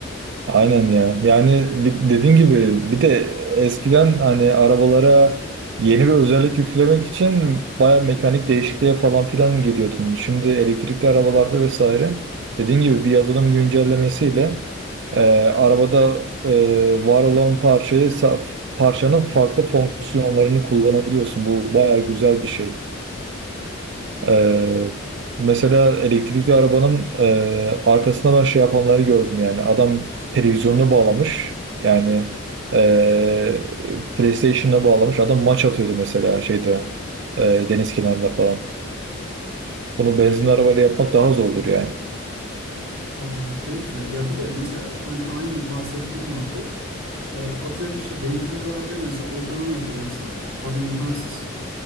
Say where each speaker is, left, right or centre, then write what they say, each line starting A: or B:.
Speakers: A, on the right; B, on the right.
A: Aynen ya. Yani bi- dediğin gibi bir de eskiden hani arabalara yeni bir özellik yüklemek için baya mekanik değişikliğe falan filan gidiyordun. Şimdi elektrikli arabalarda vesaire dediğin gibi bir yazılım güncellemesiyle e, arabada e, var olan parçayı saf, parçanın farklı fonksiyonlarını kullanabiliyorsun. Bu baya güzel bir şey. Ee, mesela elektrikli arabanın e, arkasında ben şey yapanları gördüm yani. Adam televizyonunu bağlamış. Yani e, PlayStation'ına bağlamış. Adam maç atıyordu mesela şeyde e, deniz kenarında falan. Bunu benzinli
B: Abi
A: arabayla yapmak daha zordur yani.
B: abi yüzde yüz ya. Ya bir de mesela hani aynı bahsettiğim muhabbet e, atıyorum işte benzinli bir arabaya mesela otonom yapacaksın. Abi imkansız.